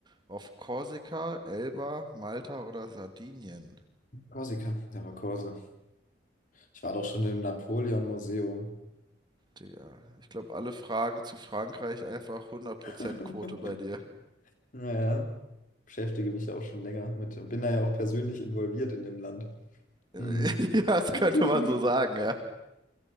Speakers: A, on the right; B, on the left.
A: Auf Korsika, Elba, Malta oder Sardinien?
B: Korsika, der war Korse. Ich war doch schon im Napoleon-Museum.
A: Digga, ich glaube, alle Fragen zu Frankreich einfach hundert
B: <laughs>
A: Prozent Quote bei dir.
B: Naja, beschäftige mich auch schon länger mit, bin da ja auch persönlich involviert in dem Land.
A: <laughs>
B: Mhm.
A: Ja, das
B: <laughs>
A: könnte man so sagen, ja.